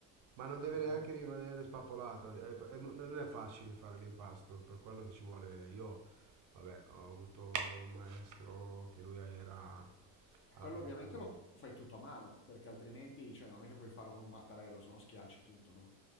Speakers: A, on the right (about 55°); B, on the left (about 35°).
A: Ma non deve
B: ok?
A: neanche rimanere spappolata, è- è- non è facile fare l'impasto, per quello che ci vuole. Io, vabbè, ho avuto un maestro che lui era, ha
B: E quello
A: lavorato,
B: ovviamente lo fai tutto a mano, perché altrimenti, cioè, non è che puoi farlo con un mattarello, se no schiacci tutto, no?